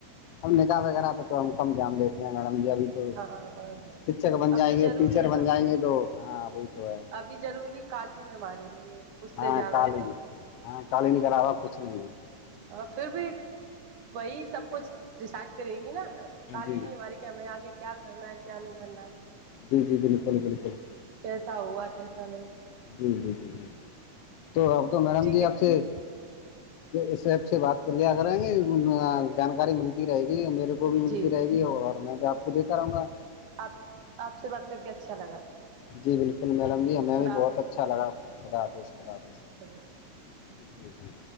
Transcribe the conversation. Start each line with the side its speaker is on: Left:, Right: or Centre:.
Left: ہم نگااہ وغیرہ پہ تو ہم کم دھیان دیتے ہیں میڈم جی ابھی- تو
Right: ہاں
Left: شکھک بن
Right: ابھی
Left: جائیں گے
Right: ضروری
Left: ٹیچر بن جائیں گے تو ہاں وہی تو ہے-
Right: بھی ضروری قالین ہے ہمارے لیے- اس سے
Left: ہاں
Right: زیادہ
Left: کالین
Right: تو
Left: ہاں کالینگرروا کچھ نہیں ہے-
Right: ہاں پھر بھی وہی سب کچھ ڈیسائڈ کرے گی نا
Left: ہاں
Right: کالی
Left: جی
Right: نہیں ہماری- ہمیں آگے کیا کرنا ہے کیا نہیں کرنا ہے-
Left: جی-جی، بالکل-بالکل-
Right: کیسا ہوا کیسا نہیں-
Left: جی-جی-جی-جی تو اب تو میڈم
Right: ٹھیک
Left: جی
Right: ہے
Left: آپ سے- اس ایپ سے بات کر لیا کر آیں گے جانکاری ملتی رہے گی میرے کو- وہ بھی ملتی
Right: جی
Left: رہے گی اور میں بھی آپ کو دےتا آ رہؤوں گا-
Right: آپ-آپ سے بات کر کے اچھا لگا-
Left: جی بالکل میڈم جی ہمیں
Right: خدا
Left: بھی بہت اچھا لگا خداظ- خداظ-
Right: اللہ حافظ-
Left: جی-جی-جی-